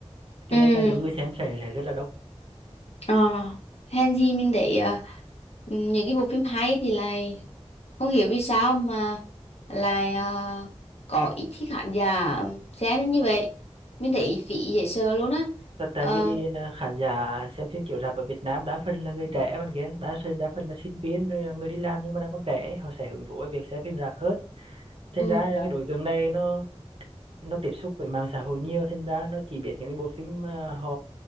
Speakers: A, on the right (about 55°); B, on the left (about 70°).
A: cho
B: ừ
A: nên là lượng người xem sẽ sẽ rất là đông
B: ờ hèn gì mình thấy ờ, những cái bộ phim hay thì lại không hiểu vì sao mà lại à, có ít khi khán giả xem đến như vậy mình thấy phí dễ sợ luôn á
A: Tại
B: Ờ,
A: tại vì à, khán giả xem phim chiếu rạp ở Việt Nam đa phần là người trẻ bạn kia, đa phần đa phần là sinh viên rồi là người đi làm nhưng mà đang còn trẻ, họ sẽ hứng thú với việc xem phim rạp hơn. Thành
B: ừ,
A: ra cái đối tượng này nó nó tiếp xúc với mạng xã hội nhiều, thành ra nó chỉ biết những cái bộ phim mà họ